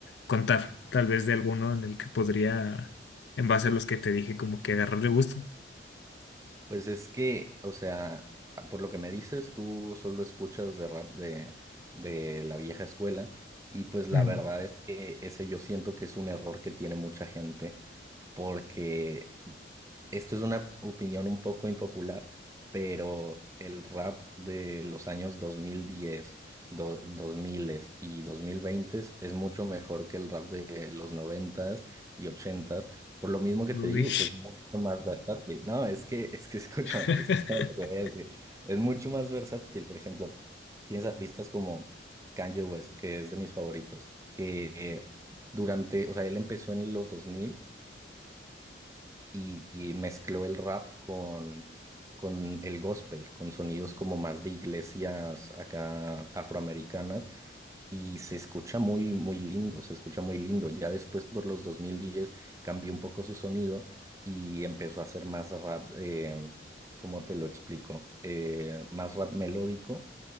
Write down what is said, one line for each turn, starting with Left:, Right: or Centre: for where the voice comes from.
Left: contar tal vez de alguno en el que podría, en base a los que te dije, como que agarrarle gusto.
Right: Pues es que, o sea, por lo que me dices, tú solo escuchas de rap de, de la vieja escuela y pues la
Left: Mm,
Right: verdad es que ese yo siento que es un error que tiene mucha gente porque esto es una opinión un poco impopular, pero el rap de los años 2010 do- 2000 y 2020 es mucho mejor que el rap de los 90 y 80 por lo mismo que
Left: Uy.
Right: te digo, que es mucho más versátil. No, es que, es que escúchame,
Left: <laughs>
Right: <laughs> escúchame lo que voy a decir. Es mucho más versátil, por ejemplo, tienes artistas como Kanye West, que es de mis favoritos, que eh, durante, o sea, él empezó en los 2000 y, y mezcló el rap con, con el gospel, con sonidos como más de iglesias acá afroamericanas y se escucha muy, muy lindo, se escucha muy lindo. Ya después por los 2010 cambió un poco su sonido y empezó a hacer más rap, eh, ¿cómo te lo explico? Eh, más rap melódico